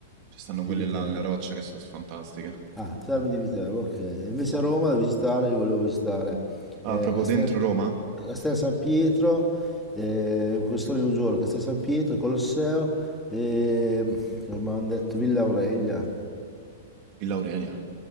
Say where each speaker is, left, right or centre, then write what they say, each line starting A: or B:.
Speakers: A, on the right; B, in the centre.
A: ci stanno quelle
B: di Viterbo.
A: là nella roccia che sono fantastiche.
B: Ah, Terme di Viterbo, ok. E Invece a Roma da visitare, io volevo visitare
A: Ah,
B: eh,
A: proprio
B: Castel,
A: dentro Roma?
B: Castel San Pietro, eh, questo lì un giorno, Castel San Pietro, Colosseo e come hanno detto Villa Aurelia.
A: Villa Aurelia.